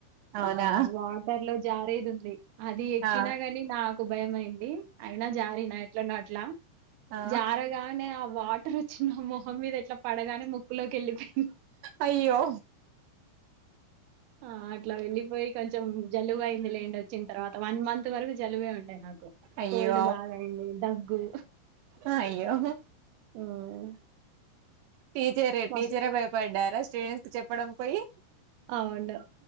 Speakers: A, on the right; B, on the right.
A: అవునా
B: ఆ వాటర్ లో జారేది ఉంది అది ఎక్కినా
A: ఆ
B: గాని నాకు భయమయింది అయినా జారిన ఎట్లనో అట్ ట్లా
A: ఆ
B: జారగానే ఆ వా అమ్మో మొహం మీద ఇట్లా పడగానే ము లోకెల్లి పొయింది
A: అయ్యో
B: ఆ అట్లా వెళ్లిపోయి కొంచెం జలుబ అయింది లేండి వచ్చిన తర్వాత వన్ మంత్ వరకు జలుబే ఉండె నాకు
A: అయ్యో
B: కోల్డ్ బాగాయింది దగ్గు
A: అ అయ్యో
B: హ్మ్.
A: టీచరే
B: మస్
A: టీచరే భయపడ్డారు స్టూడెంట్స్ కి చెప్పడం పోయి
B: అవుం